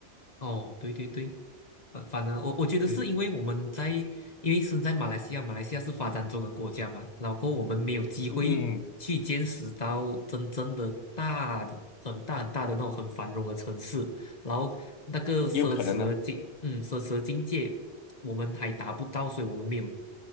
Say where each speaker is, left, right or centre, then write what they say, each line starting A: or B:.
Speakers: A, on the left; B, on the left.
A: 哦，对对对。呃，反正我我觉得是因为我们在，
B: 嗯
A: 因为身在马来西亚，马来西亚是发展中的国家嘛，然后我们没有机会去见识到真正的大的、
B: 嗯，
A: 很大很大的那种很繁荣的城市，然后那个奢侈的境，
B: 也有可能呢，
A: 嗯，奢侈的境界，我们还达不到，所以我们没有